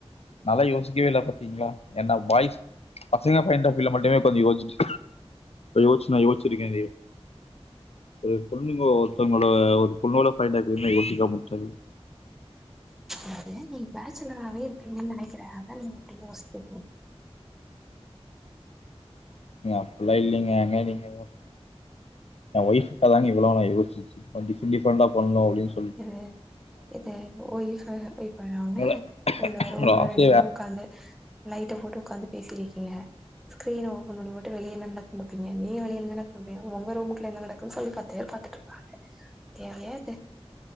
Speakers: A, on the left; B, in the centre.
A: நான்ல்ல யோசிக்கிவே இல்ல பாத்தீங்ளா ஏன்னா பாய்ஸ் பசங்க பாயின்டாஃப் வீல மட்டுமே கொஞ்சோ யோஸ்ச்சு யோஸ்ச்சு நா யோஸ்ச்சிருக்கே ஒரு பொண்ணுங்கோ ஒருத்தவங்கள ஒரு பொண்ணோட பாயிண்ட் ஆஃப்வீல நா யோசிக்காம உட்டது
B: அதுதா நீங் பேச்சுலராவே இருப்பீங்கன் நெனைக்கிறே அதா நீங்க இப்டி யோசிக்றீங்க
A: ங்க அப்பில்லா இல்லீங்க ஏங்க நீங்க வேற எ ஒய்ஃப்காகதாங்க இவ்ளோல்ல யோசிச்சு வச்சிருக்கே டிஃப்ரெண்ட் டிஃப்ரெண்டா பண்ணு அப்டின்
B: எது எது ஒய்ஃப வெய்ட் பண்ண ஒன்னே
A: என்னோட
B: உள்ளார
A: என்னோட
B: உள்ள
A: ஆசையே
B: ரெண்டு பேரு
A: வே-
B: உக்காந்து லைட்ட போட்டு உக்காந்து பேசிருக்கீங்க ஸ்கிரீன் ஒப்பன் பண்ணி போட்டு வெளிய என்ன நடக்குத் மாப்பீங்க நீ வெளில <unintelligible> உங்க ரூமுக்குல என்ன நடக்குன்னு சொல்லி பத்து பேரு பாத்துட்ருப் தேவையா இது